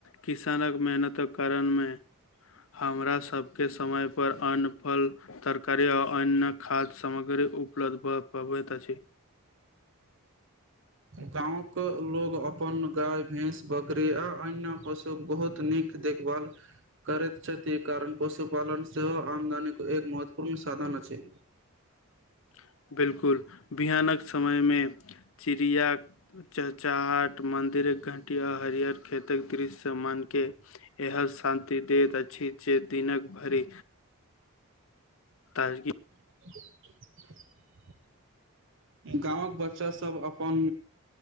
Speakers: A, on the left (about 65°); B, on the right (about 55°).
A: किसानकऽ मेहनत कारण में हमरा सभके समय पर अन्न फल तरकारी आओ अन्न खाद्य सामग्री उपलब्ध भ पबैत अछी।
B: गाँव कऽ लोग अपन गाय भैंस बकरी आ अन्य पशुक बहुत नीक देखभाल करैत छथि कारण पशुपालन सेहो आमदनीक एक महत्वपूर्ण साधन अछि
A: <inaudible> बिलकुल बिहानक समय मे चिड़िया चहचाहट मन मन्दिर क घंटी आ हरियर खेतक दृश्य मन के एहन शान्ति दैत अछि जे दिनक भरि ताजगी
B: <inaudible> गामक बच्चा सब अपन